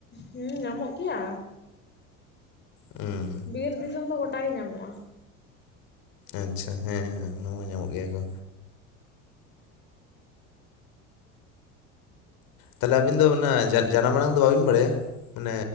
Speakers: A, on the left (about 25°); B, on the left (about 60°).
A: ᱦᱩᱸ ᱧᱟᱢᱚᱜ ᱜᱮᱭᱟ
B: ᱦᱩᱸ
A: ᱵᱤᱨ ᱫᱤᱥᱚᱢ ᱫᱚ ᱜᱚᱴᱟ ᱜᱮ ᱧᱟᱢᱚᱜ-ᱟ᱾
B: ᱟᱪᱪᱷᱟ ᱦᱮᱸ ᱦᱮᱸ ᱚᱱᱟ ᱢᱟ ᱧᱟᱢᱚᱜ ᱜᱮᱭᱟ ᱠᱚ᱾ ᱛᱟᱦᱞᱮ ᱟᱹᱵᱤᱱ ᱫᱚ ᱚᱱᱟ ᱡᱟ ᱡᱟᱱᱟᱝ ᱫᱚ ᱵᱟᱵᱤᱱ ᱵᱟᱲᱟᱭᱟ? ᱢᱟᱱᱮ